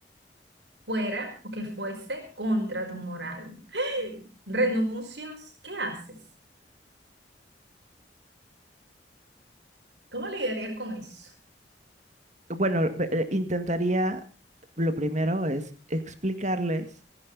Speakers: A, on the right; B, on the right.
A: fuera o que fuese contra tu moral? <gasps> ¿Renuncias? ¿Qué haces? ¿Cómo lidiarías con eso?
B: Bueno, ve- eh, intentaría, lo primero es explicarles